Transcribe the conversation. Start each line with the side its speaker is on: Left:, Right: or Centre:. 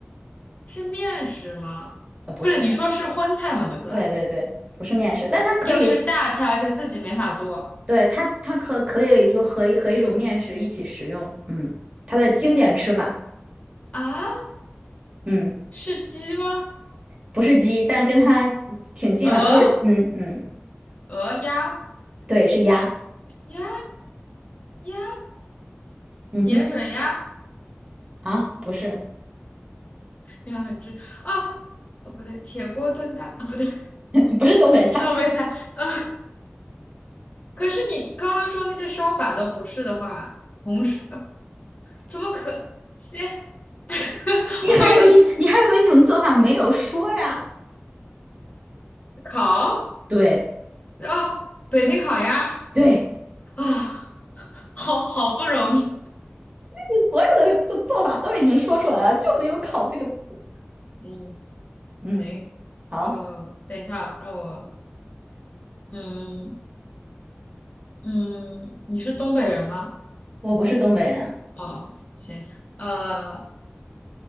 Left: 是面食吗？
Right: 呃，不是，
Left: 不是，你说是荤菜吗？对不啦？
Right: 对对对，不是面食，但它可以，
Left: 又是大菜，而且自己没法做。
Right: 对，它它可可以就和一和一种面食一起食用。嗯，它的经典吃法，
Left: 啊，
Right: 嗯，
Left: 是鸡吗？
Right: 不是鸡，但跟它挺近了，
Left: 鹅、
Right: 都是，嗯嗯，
Left: 鹅、鸭、
Right: 对，是鸭。
Left: 鸭、鸭、
Right: 嗯哼，
Left: 盐水鸭、
Right: 啊，不是，
Left: 鸭很正啊，哦不对，铁锅炖蛋啊不对，
Right: <laughs> 不是东北菜。
Left: 不是东北菜啊。可是你刚刚说那些烧法都不是的话，红薯呃怎么可先 <laughs>
Right: 你还有一，
Left: 会
Right: 你还有一种做法没有说呀？
Left: 烤？
Right: 对
Left: 哦，北京烤鸭
Right: 对，
Left: 啊，好好不容易。
Right: 你所有的就做法都已经说出来了，就没有“考”这个词。
Left: 嗯，
Right: 嗯，
Left: 行，
Right: 好，
Left: 呃，等一下，让我嗯嗯，你是东北人吗？
Right: 我不是东北人，
Left: 哦，行，呃